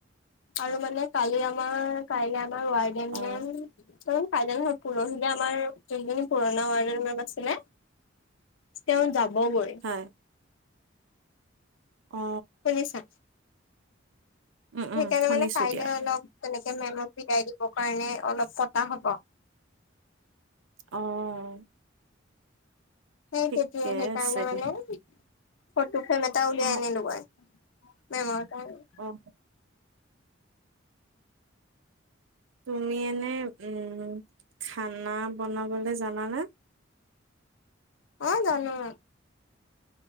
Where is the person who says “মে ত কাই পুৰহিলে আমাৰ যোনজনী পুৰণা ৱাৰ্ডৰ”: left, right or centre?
Left